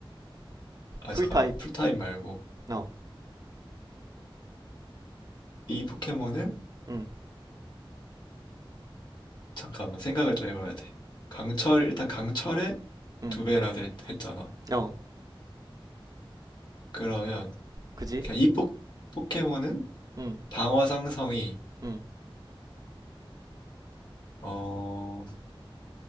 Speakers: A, on the left; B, on the right.
A: 아
B: 풀
A: 잠깐
B: 타입.
A: 풀타입 말고
B: 어.
A: 이 포켓몬은
B: 음.
A: 잠깐만 생각을 좀 해봐야 돼. 강철 일단 강철의
B: 음.
A: 두 배라고 했- 했잖아.
B: 어.
A: 그러면
B: 그지?
A: 그냥 이 포, 포켓몬은
B: 음.
A: 방어 상성이
B: 음.
A: 어